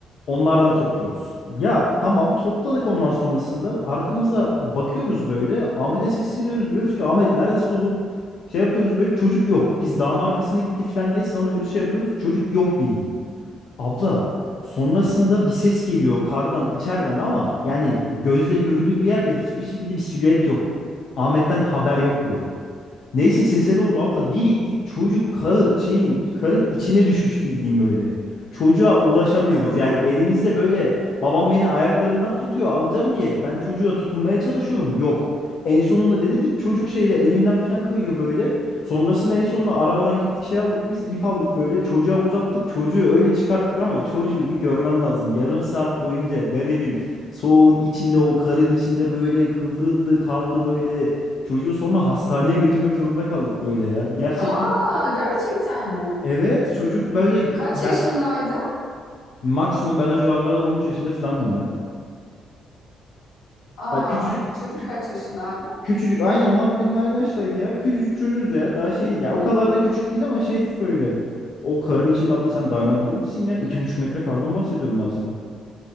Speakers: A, on the left; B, on the left.
A: Onlardan topluyoruz. Ya tamam topladık ondan sonrasında arkamıza bakıyoruz böyle Ahmet'e sesleniyoruz diyoruz ki Ahmet neredesin oğlum? Şey yapıyoruz böyle çocuk yok. Biz dağın arkasına gitti falan diye sanıyoruz şey yapıyoruz çocuk yok bildiğin. Abla sonrasında bir ses geliyor kardan içeriden ama yani gözle görülür bir yerde hiçbir şekilde bir silüet yok. Ahmet'ten haber yok böyle. Neyse sese doğru abla bir gittik çocuk karın şeyin karın içine düşmüş bildiğim böyle. Çocuğa ulaşamıyoruz
B: Bakın.
A: yani elimizde böyle babam beni ayaklarımdan tutuyor alacağım diye ben çocuğa tutunmaya çalışıyorum yok. En sonunda denedik
B: <laughs>
A: çocuk şeyde elimden falan kayıyor böyle. Sonrasında en sonunda arabadan gittik şey aldık biz ip aldık böyle çocuğa uzattık çocuğu öyle çıkarttık ama çocuğu bir görmen lazım. Yarım saat boyunca garibim soğuğun içinde o karın içinde böyle kıvrıldı kaldı böyle. Çocuğu sonra hastaneye götürmek zorunda kaldık böyle ya. Gerçekten
B: Aa, gerçekten mi?
A: evet çocuk böyle
B: Kaç
A: yani
B: yaşındaydı?
A: maksimum ben o civarlarda 13 yaşında falandım ya.
B: Aa,
A: Ya küçücük
B: çocuk
A: kü-
B: kaç yaşındaydı?
A: küçücük aynı onlar da benimle aynı yaştaydı ya. Küçücük çocuğuz ya. Daha şeydik
B: Hmm,
A: ya. O kadar da küçük değil
B: hepiniz.
A: ama şeydik böyle. O karın içinde abla sen dayanabilir misin ya? iki buçuk metre kardan bahsediyorum ben sana.